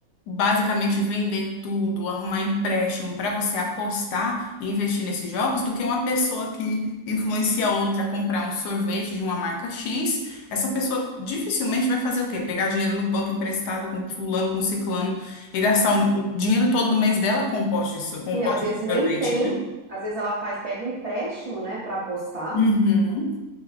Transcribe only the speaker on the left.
basicamente vender tudo, arrumar empréstimo para você apostar e investir nesses jogos, do que uma pessoa que influencia outra a comprar um sorvete de uma marca X. Essa pessoa dificilmente vai fazer o quê? Pegar dinheiro no banco emprestado com fulano, com ciclano e gastar um- o dinheiro todo do mês dela com um pote de, so- com
um pote
de
sorvete,
né?
Uhum.